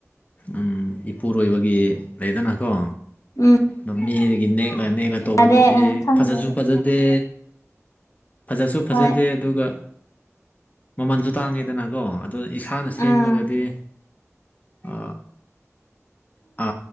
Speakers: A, on the left; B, on the left.
A: ꯎꯝ ꯏꯄꯨꯔꯣꯏꯕꯒꯤ ꯂꯩꯗꯅꯀꯣ
B: ꯎꯝ
A: ꯑ ꯃꯤꯗꯒꯤ ꯅꯦꯛꯂꯒ ꯅꯦꯛꯂꯒ ꯇꯧꯕꯗꯗꯤ
B: ꯌꯥꯗꯦ ꯑꯪ ꯈꯪꯗ꯭ꯔꯗꯤ
A: ꯐꯖꯁꯨ ꯐꯖꯗꯦ ꯐꯖꯁꯨ
B: ꯍꯣꯏ
A: ꯐꯖꯗꯦ ꯑꯗꯨꯒ ꯃꯃꯜꯁꯨ ꯇꯥꯡꯉꯦꯗꯅꯀꯣ ꯑꯗꯨ ꯏꯁꯥꯅ
B: ꯑꯥ
A: ꯁꯦꯝꯂꯒꯗꯤ ꯑ ꯑ